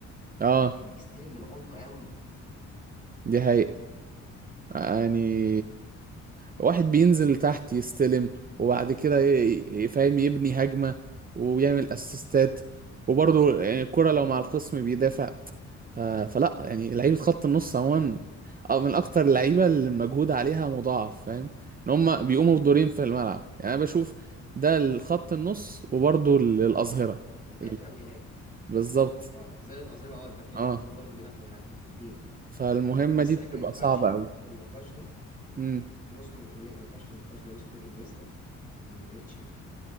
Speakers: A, on the right (about 30°); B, on the left (about 25°).
A: اه
B: يعني كان بيستلم من العمق قوي
A: دي حقيقة يعني
B: هو لا
A: واحد بينزل تحت يستلم وبعد كده ي- ي- فاهم يبني هجمة ويعمل اسيستات وبرضه يعني الكرة لو مع الخصم بيدافع ف- فلا يعني لعيبة خط النص عموما أو من أكتر اللعيبة اللي المجهود عليها مضاعف فاهم إن هما بيقوموا
B: طبعا
A: بدورين في الملعب يعني أنا بشوف ده الخط النص وبرضه ال- الأظهرة
B: بيدافع
A: ال-
B: ويهاجم
A: بالظبط
B: انا بقول لك اه زي القذيره اه الباكات
A: اه
B: دول برضو بيدافعوا ويهاجموا الاثنين
A: فالمهمة
B: بس
A: دي
B: احنا
A: بتبقى
B: ما ينفعش
A: صعبة
B: في النقاش ده
A: أوي
B: نذكر إني... ما ينفعش في النقاش ده نذكر انيستا من غير تشافي